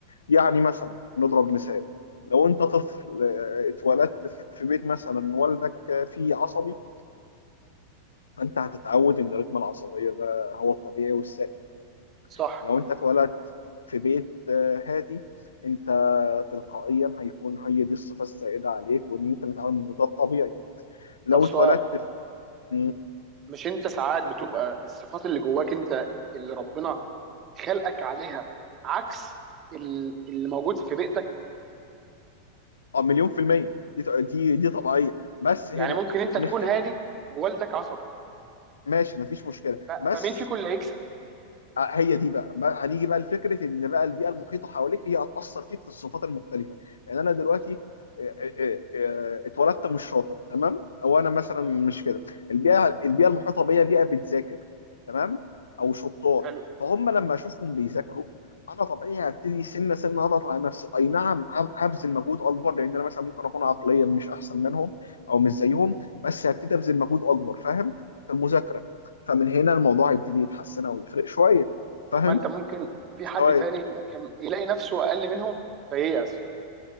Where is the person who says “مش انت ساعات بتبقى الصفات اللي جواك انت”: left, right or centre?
Right